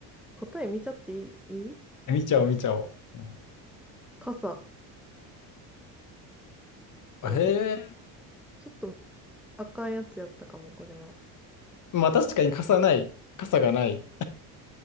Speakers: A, in the centre; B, on the left (about 40°).
A: 答え見ちゃっていい、いい
B: 見ちゃおう、見ちゃおう。う
A: 傘。
B: ん、
A: え
B: へえ、
A: ちょっとあかんやつやったかも、これは。
B: まあ確かに傘ない、傘がない。